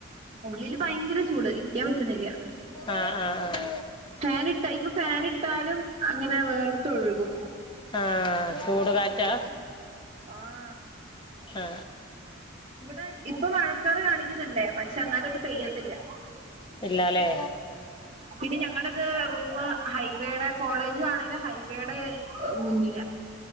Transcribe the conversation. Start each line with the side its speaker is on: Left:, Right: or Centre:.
Right: ഉള്ളില് ഭയങ്കര ചൂട് ഇരിക്ക്യാൻ പറ്റുന്നില്ല്യ
Left: ആഹ് ആഹ്
Right: ഫാന് ഇട്ട ഇപ്പൊ ഫാന് ഇട്ടാലും അങ്ങനെ വേർത്തൊഴുകും
Left: ആ ചൂട് കാറ്റാ
Right: ആഹ്
Left: ആ
Right: ഇവിടെ ഇപ്പം മഴക്കാറ് കാണിക്ക്ന്ന്ണ്ടേ പക്ഷെ എന്നാലും അത് പെയ്യത്തില്ലാ
Left: ഇല്ലാലേ
Right: പിന്നെ ഞങ്ങെടെത് റൂമ് ഹൈവേടെ കോളേജ് ആണേലും ഹൈവേടെ മുന്നി ലാ